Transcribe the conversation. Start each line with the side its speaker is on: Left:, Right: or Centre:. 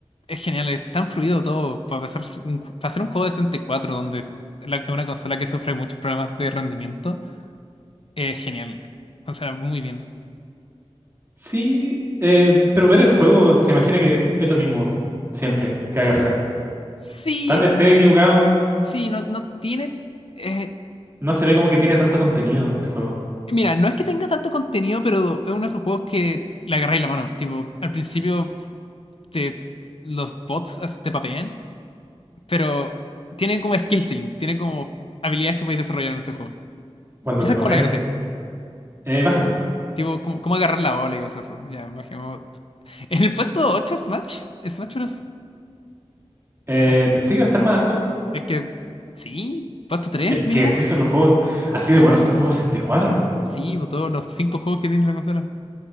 Left: es genial, es tan fluido todo. Para hacer un, ju- para hacer un juego de 64 donde la- es una consola que sufre muchos problemas de rendimiento, es genial, funciona muy bien.
Right: Sí, eh, pero ver el juego se imagina que es es lo mismo, siempre, cada carrera.
Left: Sí,
Right: Tal vez esté equivocado,
Left: sí, no, no tiene. eh,
Right: no se ve como que tiene tanto contenido este juego
Left: mira, no es que tenga tanto contenido, pero es uno de esos juegos que le agarráis la mano. Tipo, al principio te, los bots así te papean, pero tiene como skill ceiling, tiene como habilidades que podéis desarrollar en este juego.
Right: cuando
Left: Y esa
Right: te
Left: es
Right: papean.
Left: como la gracia.
Right: Eh, bajemos.
Left: Tipo, ¿cómo, cómo agarrar la bola y cosas así? Ya, bajemos. En el puesto 8 Smash, Smash Bros.
Right: Eh,
Left: Supongo-
Right: pensé que iba a estar más alto.
Left: Es que, sí, puesto 3
Right: Es
Left: mínimo.
Right: que así son los juegos, así de buenos son los juegos 64.
Left: Sí, pues, todos los 5 juegos que tiene la consola.